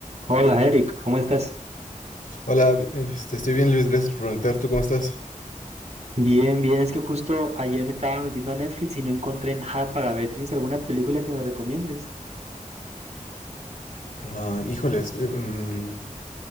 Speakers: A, on the right; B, on the left.
A: Hola Eric, ¿cómo estás?
B: Hola, este, estoy bien Luis, gracias por preguntar. ¿Tú cómo estás?
A: Bien, bien, es que justo ayer me estaba metiendo a Netflix y no encontré nada para ver. ¿Tienes alguna película que me recomiendes?
B: Ah, híjoles, eh, mm,